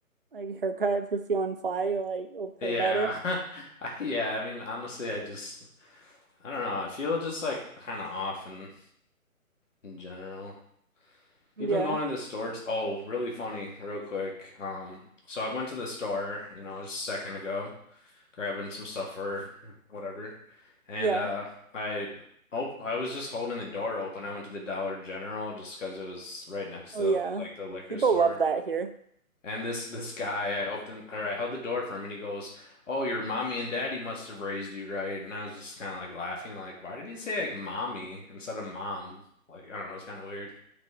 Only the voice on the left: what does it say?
yeah,
<laughs> I, yeah. I mean, honestly, I just I don't know. I feel just like kind of off in, in general. Even
going to the store. T oh, really funny, real quick. Um, so I went to the store, you know, just a second ago. grabbing some stuff or <laughs> whatever. And
uh I op I was just holding the door open. I went to the Dollar General just because it was right next
to the,
like the liquor
store.
And this this guy, I opened or I held the door for him, and he goes, "Oh, your mommy and daddy must have raised you right." And I was just kind of like laughing, like, "Why did he say like mommy instead of mom?" Like, I don't know, it's kind of weird.